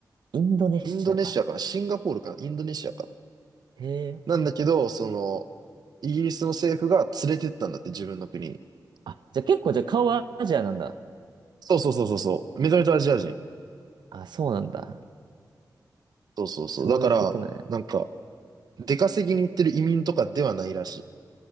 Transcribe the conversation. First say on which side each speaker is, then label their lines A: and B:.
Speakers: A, on the right; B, on the right.
A: インドネシアか。
B: インドネシアかなシンガポールかなインドネシアか
A: へえ。
B: ななんだけど、その、イギリスの政府が連れてったんだって、自分の国に。
A: あ、じゃあ結構じゃあ顔はアジアなんだ。
B: そうそうそうそうそう。めちゃめちゃアジア人。
A: あ、そうなんだ。
B: そうそうそう。
A: そういうことね。
B: だから、なんか、出稼ぎに行ってる移民とかではないらしい。